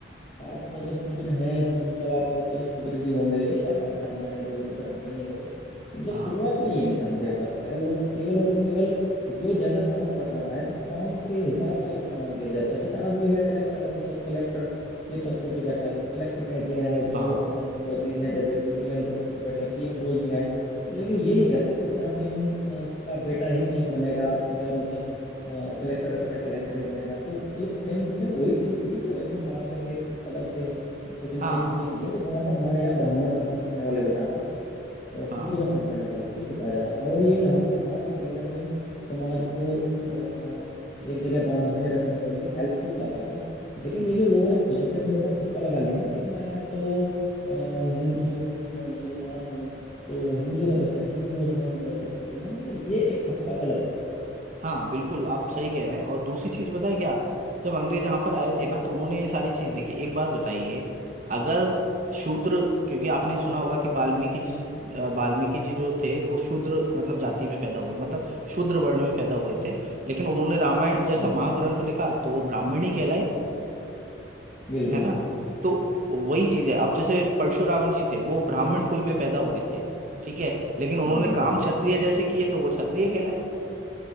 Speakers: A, on the left (about 35°); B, on the right (about 40°).
A: आप मतलब शूद्र हैं तो मतलब आपके बच्चे भी शूद्र ही होंगे या आप ब्राह्मण हैं तो वो भी ब्राह्मण ही होंगे मतलब
B: हाँ
A: शुरुआत में ये नहीं था मुझे ऐसा लगता है वो केवल और केवल जो जैसा काम कर रहा है तो काम के हिसाब से उसको नाम दिया जाता है जैसे आज भी है कलेक्टर है मतलब कलेक्टर के पद पर जो बैठा है उसको कलेक्टर कह दिया है जो
B: हाँ
A: अ, मोदी है जैसे कि पीएम के पद पर बैठे हैं पीएम बोल दिया है लेकिन ये नहीं कह सकते कि हाँ पीएम का बेटा ही पीएम बनेगा या मतलब कलेक्टर का बेटा कलेक्टर ही बनेगा तो मतलब सेम टू सेम वही चीज थी जो इन्होंने बाद में फिर अलग से कुछ नई
B: हाँ
A: चीजें दी हैं तो वहां पर हमारे यहाँ ब्राह्मण का काम करने वाले को ब्राह्मण और शूद्र
B: हाँ
A: का काम करने वाले को शूद्र कहा जाता था और ये जहाँ तक था कि कहीं ना कहीं समाज को अ, एक जगह बांधे रखने में भी हेल्पफुल था काफी लेकिन
B: बिल्कुल
A: ये जो लोगों ने खुद से अपने ऊपर ठप्पा लगा लिया ना कि मैं तो अ, हिंदू हूँ मैं मुसलमान हूँ तो हिंदू का बच्चा हिंदू मुसलमान का बच्चा मुसलमान मतलब ये एक ठप्पा गलत है
B: हाँ बिल्कुल आप सही कह रहे हैं और दूसरी चीज बताए क्या जब अंग्रेज यहाँ पर आए थे ना तो उन्होंने ये सारी चीज देखी एक बात बताइए अगर शूद्र क्योंकि आपने सुना होगा कि वाल्मीकि जी अ, वाल्मीकि जी जो थे वो शूद्र मतलब जाति में पैदा हुए मतलब शूद्र वर्ण में पैदा हुए थे लेकिन उन्होंने रामायण जैसा
A: जी
B: महाग्रंथ लिखा तो वो ब्राह्मणी कहलाए
A: बिल्कुल
B: है
A: बिल्कुल
B: ना तो वही चीज है अब जैसे परशुराम जी थे वो ब्राह्मण कुल में पैदा हुए थे ठीक है लेकिन उन्होंने
A: हम्म हम्म
B: काम क्षत्रिय जैसे किए तो वो क्षत्रिय कहलाए